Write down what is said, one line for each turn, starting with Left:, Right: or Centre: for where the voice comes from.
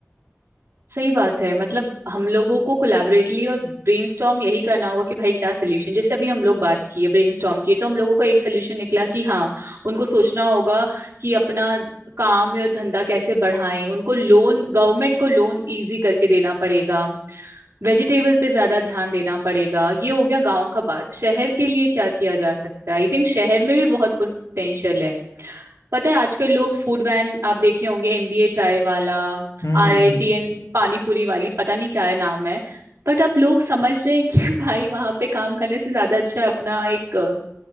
Right: सही बात है मतलब हम लोगों को कोलैबोरेटली और ब्रेनस्टॉर्म यही करना होगा कि भाई क्या सोल्यूशन जैसे अभी हम लोग बात की है ब्रेनस्टॉर्म की तो हम लोगों को एक सोल्यूशन निकला कि हाँ उनको सोचना होगा कि अपना काम या धंधा कैसे बढ़ाएं उनको लोन गवर्नमेंट को लोन इजी करके देना पड़ेगा वेजिटेबल पे ज्यादा ध्यान देना पड़ेगा ये हो गया गांव का बात शहर के लिए क्या किया जा सकता है आई थिंक शहर में भी बहुत पोटेंशियल है पता है आजकल लोग फूड वैन आप देखे होंगे एमबीए चाय वाला आरआईटीएन
Left: हम्म हम्म हम्म
Right: पानी पूरी वाली पता नहीं क्या है नाम है बट अब लोग समझ रहे हैं कि <laughs> भाई वहां पे काम करने से ज्यादा अच्छा है अपना एक अ,